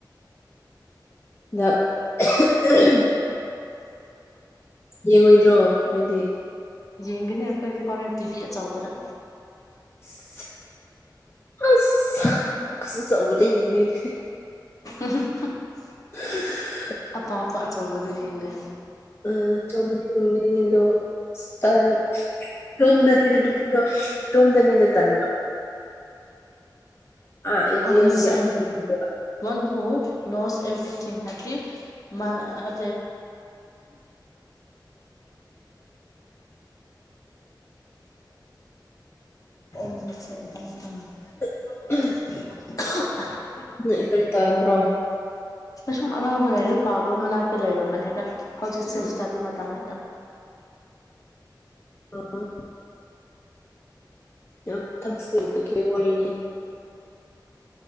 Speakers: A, on the left (about 30°); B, on the left (about 45°).
A: ꯗ <unintelligible> ꯌꯦꯡꯉꯣꯏꯗ꯭ꯔꯣ ꯅꯣꯏꯗꯤ
B: ꯌꯦꯡꯗꯨꯏꯅꯦ ꯑꯩꯈꯣꯏꯖꯨ ꯍꯣꯔꯦꯟ ꯇꯤꯚꯤ ꯑꯆꯧꯕꯗ
A: ꯏꯁ ꯁ ꯑꯁ ꯁ ꯑꯆꯧꯕꯗ ꯌꯦꯡꯗꯣꯏ ꯅꯦ
B: <unintelligible>
A: <unintelligible>
B: ꯑꯄꯥꯛꯄ ꯑꯆꯧꯕꯗ ꯌꯦꯡꯗꯣꯏꯅꯤ
A: ꯑ ꯆꯧꯕꯗꯤ ꯌꯦꯡꯕꯨꯗꯤ ꯌꯦꯡꯗꯧꯕ ꯑꯁ ꯇꯜꯂꯦ ꯏꯇꯨꯝꯗꯅꯤ ꯅꯨꯄꯤꯗꯣ ꯏꯇꯨꯝꯗꯅꯤꯅ ꯇꯟꯕ ꯑꯥ ꯏꯅꯦ
B: ꯑꯣꯟꯂꯤ
A: ꯍꯣꯏꯗꯤ
B: ꯁꯦꯟ
A: ꯌꯥꯝ ꯌꯦꯡꯗꯦꯕ
B: ꯋꯥꯟ ꯍꯨ <unintelligible> ꯅꯣꯁ ꯑꯦꯚꯔꯤꯊꯤꯡ ꯍꯥꯏꯕꯗꯤ ꯃꯥꯅ ꯍꯥꯏ <unintelligible> <unintelligible> ꯎꯝ <unintelligible>
A: <unintelligible>
B: <unintelligible>
A: ꯅꯣꯏ ꯀꯔꯤ ꯇꯧꯔꯝꯕ꯭ꯔꯣ
B: ꯁꯨꯝ ꯑꯉꯥꯡꯍꯣꯏ ꯂꯥꯏꯔꯤꯛ ꯄꯥꯕ ꯃꯅꯥꯛꯇ ꯂꯩꯔꯝꯕꯅꯤꯗ ꯍꯧꯖꯤꯛ ꯁꯦ
A: ꯎꯝ
B: ꯏꯁꯇꯗꯤ ꯃꯇꯝꯅꯤꯅ
A: ꯑꯣꯑꯣ ꯌꯥꯝ ꯊꯛꯁ <unintelligible> ꯋꯥꯔꯤꯅꯤ